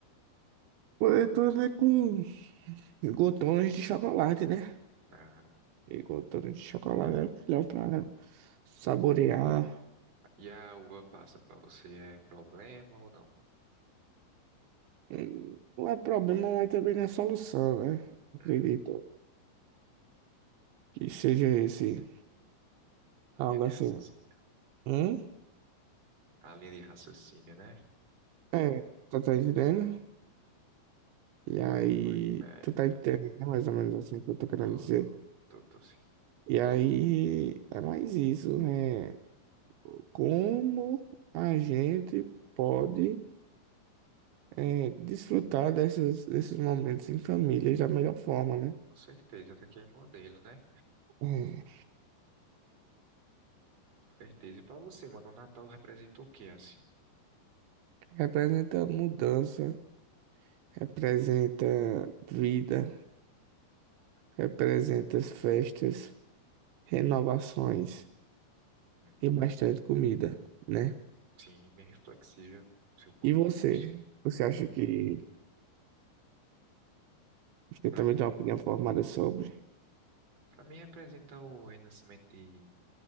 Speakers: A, on the right; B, on the right.
A: Pô, Eu tô, né, com glotões de chocolate, né?
B: Ah,
A: Igual torre de chocolate é melhor pra saborear.
B: e a uva passa pra você é problema ou não?
A: É, Não é problema, mas também não é solução, né? Acredito
B: Hum,
A: que seja esse.
B: a
A: Algo
B: linha de
A: assim.
B: raciocínio.
A: Hum?
B: A linha de raciocínio, né?
A: É, tu tá entendendo? E
B: Oi?
A: aí,
B: É,
A: tu tá entendendo mais ou menos assim o que eu tô querendo
B: tô,
A: dizer.
B: tô, tô sim.
A: E aí, é mais isso, né? Como a gente pode é, desfrutar dessas, desses momentos em família da melhor forma, né?
B: Com certeza, tá aqui é modelo, né?
A: É,
B: Com certeza. E pra você, mano, o Natal representa o quê, assim?
A: Representa mudança, representa vida, representa as festas, renovações
B: Hum,
A: e bastante comida, né?
B: sim, bem reflexível, do seu ponto
A: E você?
B: de vista.
A: Você acha que você
B: Pra,
A: também tem uma opinião formada sobre?
B: pra mim representa o renascimento de